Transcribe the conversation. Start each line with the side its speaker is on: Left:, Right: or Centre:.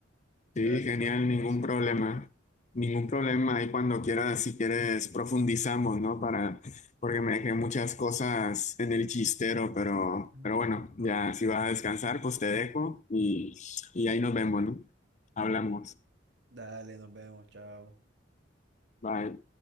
Left: genial,
Right: Gracias por la información.
Left: ningún problema. Ningún problema. Ahí cuando quieras, si quieres, profundizamos, ¿no? Para, porque me dejé muchas cosas en el chistero, pero,
Right: Ujú.
Left: pero bueno, ya si vas a descansar, pues te dejo y, y ahí nos vemos, ¿no? Hablamos.
Right: Dale, nos vemos, chao.
Left: Bye.